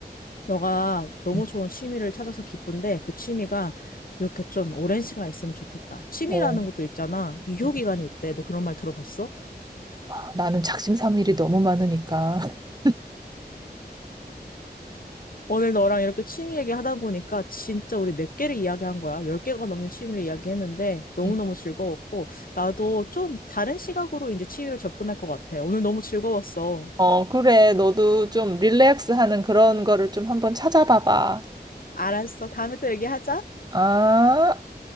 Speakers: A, on the left; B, on the right.
A: 너가 너무
B: 응,
A: 좋은 취미를 찾아서 기쁜데 그 취미가 이렇게 좀 오랜 시간 있으면 좋겠다. 취미라는
B: 어.
A: 것도 있잖아. 유효기간이
B: 응,
A: 있대. 너 그런 말 들어봤어?
B: 아, 나는 작심삼일이 너무 많으니까. <laughs>
A: 오늘 너랑 이렇게 취미 얘기하다 보니까 진짜 우리 몇 개를 이야기한 거야. 열 개가 넘는 취미를 이야기했는데 너무너무
B: 응.
A: 즐거웠고 나도 좀 다른 시각으로 이제 취미를 접근할 것 같아. 오늘 너무 즐거웠어.
B: 어, 그래. 너도 좀 릴렉스 하는 그런 거를 좀 한번 찾아봐봐.
A: 알았어. 다음에 또 얘기하자.
B: 아.